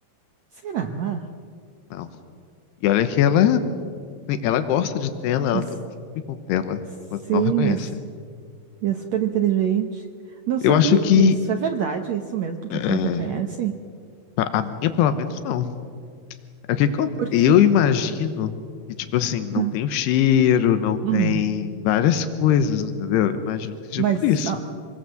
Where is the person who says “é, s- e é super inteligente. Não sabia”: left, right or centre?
Right